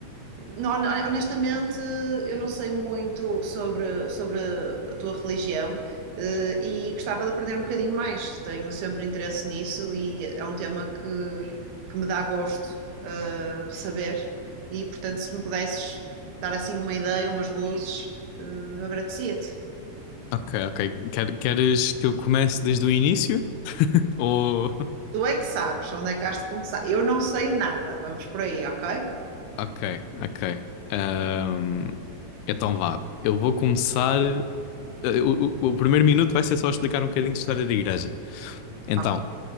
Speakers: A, on the right (about 85°); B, on the left (about 90°).
A: Hon- Honestamente, eu não sei muito sobre, sobre a tua religião, eh, e gostava de aprender um bocadinho mais. Tenho sempre interesse nisso e é um tema que, que me dá gosto, eh, saber. E, portanto, se me pudesses dar assim uma ideia, umas luzes, eh, eu agradecia-te.
B: Ok, ok. Quer- queres que eu comece desde o início? <laughs> Ou.
A: Tu é que sabes onde é que has de começar. Eu não sei nada. Vamos por aí, ok?
B: Ok, ok. Ahm, Então vá. Eu vou começar. eh, O, o- o primeiro minuto vai ser só explicar um bocadinho de história da igreja. Então.
A: Ok.